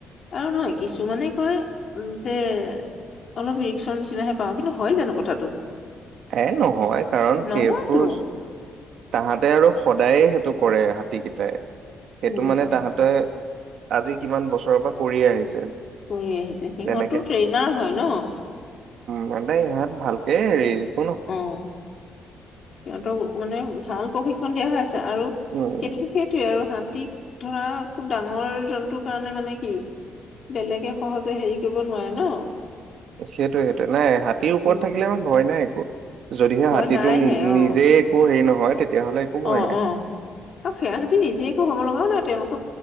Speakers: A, on the left; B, on the right.
A: আৰু নহয় কিছু মানে কয় উ যে অলপ ৰিক্সৰ নিচিনাহে পাওঁ কিন্তু হয় জানো কথাটো
B: এ নহয় কাৰণ
A: নহয়তো
B: সেইবোৰ তাহাঁতে আৰু সদায়ে সেইটো কৰে হাতী কেইটাই সেইটো
A: উম
B: মানে তাহাঁতে আজি কিমান বছৰৰ পৰা কৰিয়ে আহিছে
A: কৰি আহিছে সিহঁতো
B: তেনেকে
A: ট্ৰেইনাৰ হয় ন
B: ম তে ইহঁত ভালকে ৰেল <unintelligible>
A: অ সিহঁতক মানে ভাল প্ৰশিক্ষণ দিয়া হৈ আছে আৰু
B: উম
A: খেতিটো সেইটোৱে আৰু হাতী ঠিক ধৰা খুব ডাঙৰ জন্তুৰ কাৰণে মানে কি বেলেগে সহজে হেৰি কৰিব নোৱাৰে ন
B: সেইটো সেইটো নাই হাতীৰ ওপৰত
A: উম
B: থাকিলে ভয় নাই একো যদিহে
A: ভয়
B: হাতীটো
A: নাইহে
B: নি
A: অ
B: নিজে একো হেৰি নহয় তেতিয়াহ'লে একো ভয়
A: অ
B: নাই
A: অ আৰু সেৱাহতি নিজে একো হব লগাও নাই তেওঁলোক